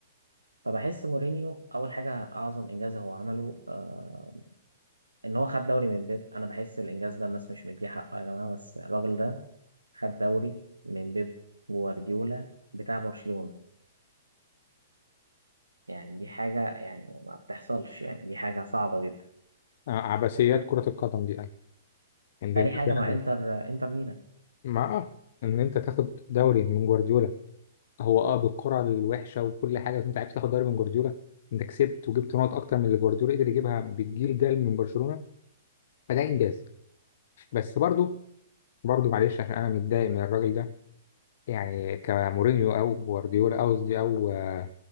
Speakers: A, on the right; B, on the left.
A: فبحس مورينيو اول حاجه اعظم انجاز هو عمله آه ان هو خد دوري من بيب انا بحس الانجاز ده الناس مش مديه حقه يا جماعه بس الراجل ده خد دوري من بيب جوارديولا بتاع برشلونه يعني دي حاجه يعني ما بتحصلش يعني دي حاجه صعبه جدا
B: آه، عبثيات كرة القدم دي يعني ان
A: تاني
B: انت
A: حاجه
B: فاهم
A: مع انتر آه، انتر ميلان
B: مع اه ان انت تاخد دوري من جوارديولا هو اه بالقرعه الوحشه وكل حاجه بس انت عرفت تاخد دوري من جوارديولا انت كسبت وجبت نقط اكتر من اللي جوارديولا قدر يجيبها بالجيل ده من برشلونه فده انجاز بس برضو برضو معلش عشان انا متضايق من الراجل ده يعني كمورينيو او جوارديولا او قصدي او آه،